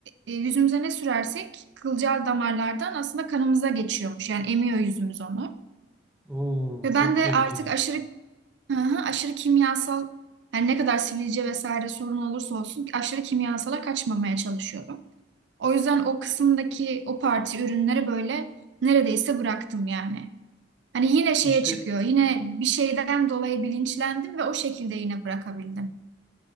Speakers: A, on the right; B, in the centre.
A: e, yüzümüze ne sürersek kılcal damarlardan aslında kanımıza geçiyormuş. Yani emiyor yüzümüz onu.
B: Oo,
A: Ve
B: çok
A: ben de
B: tehlikeli.
A: artık aşırı hı hı, aşırı kimyasal yani ne kadar sivilce vesaire sorun olursa olsun aşırı kimyasala kaçmamaya çalışıyorum. O yüzden o kısımdaki o parti ürünleri böyle neredeyse bıraktım yani. Hani yine şeye
B: İşte
A: çıkıyor. Yine bir şeyden dolayı bilinçlendim ve o şekilde yine bırakabildim.